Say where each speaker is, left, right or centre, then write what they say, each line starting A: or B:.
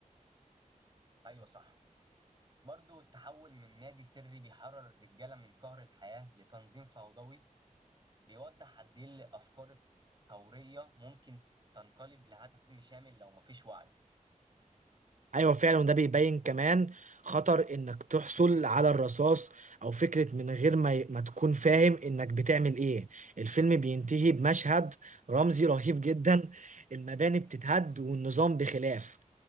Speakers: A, on the right; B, on the right.
A: ايوه صح برضه التحول من نادي سري بيحرر الرجاله من قهر الحياه لتنظيم فوضوي بيوضح قد ايه الافكار الثوريه ممكن تنقلب لهدم شامل لو مفيش وعي
B: ايوه فعلا وده بيبين كمان خطر انك تحصل على الرصاص او فكرة من غير ما ي- ما تكون فاهم انك بتعمل ايه الفيلم بينتهي بمشهد رمزي رهيب جدا المباني بتتهد والنظام بخلاف